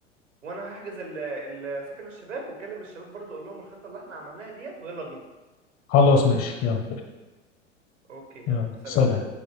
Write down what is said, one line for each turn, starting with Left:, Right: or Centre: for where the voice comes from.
Right: وانا هحجز ال- ال- سكن الشباب وكلم الشباب برضو اقول لهم الخطة اللي احنا عملناها ديت ويلا بينا
Left: خلاص ماشي يلا
Right: اوكي يلا
Left: يلا
Right: سلام
Left: سلام